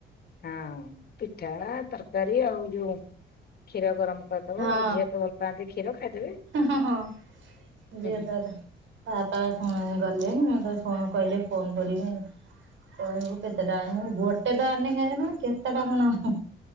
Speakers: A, on the left (about 50°); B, on the right (about 70°).
A: ହଁ ପିଠା ତରକାରୀ ଆଉ ଯୋଉ କ୍ଷୀର ଗରମ କରିଦବ
B: ହଁ।
A: ଝିଅ ତ ଭଲ ପାଆନ୍ତି କ୍ଷୀର ଖାଇଦେବେ
B: ହଁ ହଁ ଯିଏ
A: ହୁଁ ହୁଁ।
B: ତାର ତା ବାପା ଫୋ ଗଲେଣି ମୁଁ ତ ଫୋ କହିଲେ ଫୋନ କରିବି। କହିବୁ କେତେ ଟା ଆଣିବି ଗୋଟେ ତ ଆଣିଲେ କାହିଁରେ କଣ କେତେ ଟା କଣ ହଁ ହଁ।